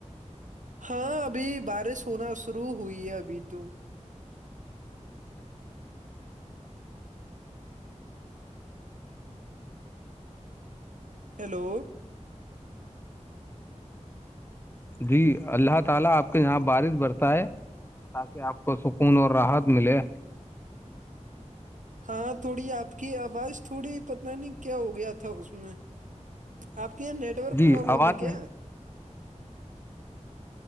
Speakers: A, on the right (about 85°); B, on the left (about 20°).
A: ہاں ابھی بارش ہونا شروع ہوئی ہے ابھی تو ہیلو
B: جی اللہ تعالی اپ کے ہاں بارش برتا ہے تاکہ آپ کو سکون اور راحت ملے
A: ہاں تھوڑی آپ کی آواز تھوڑی پتہ نہیں کیا ہو گیا تھا اس میں آپ کے یہاں نیٹورک
B: جی
A: پرابلم
B: آواز
A: ہے کیا
B: نہیں